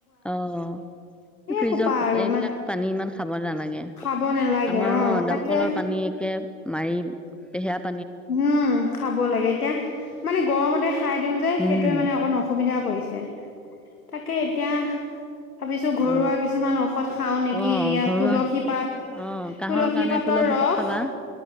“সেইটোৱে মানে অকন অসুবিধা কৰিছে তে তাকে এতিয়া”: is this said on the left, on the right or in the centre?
Left